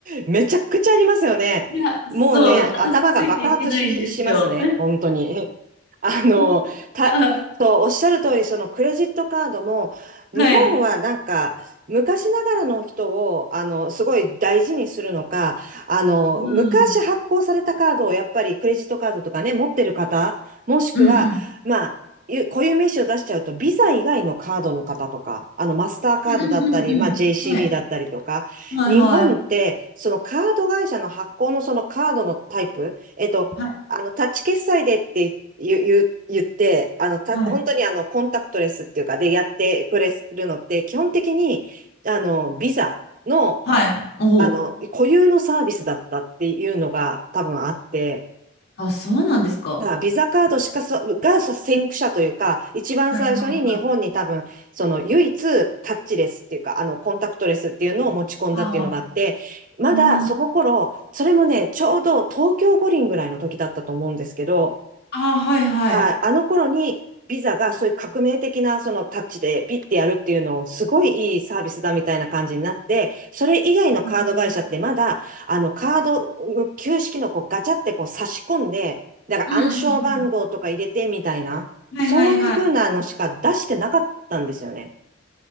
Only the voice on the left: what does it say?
いや、
そう、私ついていけないんですよ。
<laughs>
あ、
はい。
うん。
うんうん。
うんうんうんうん。
はい。
はいはい。
はい。
はい。
はい。おお。
あ、そうなんですか。
はいはいはい。
ああ、
うん。
ああ、はいはい。
うん
うんうんうん。はいはいはい。
は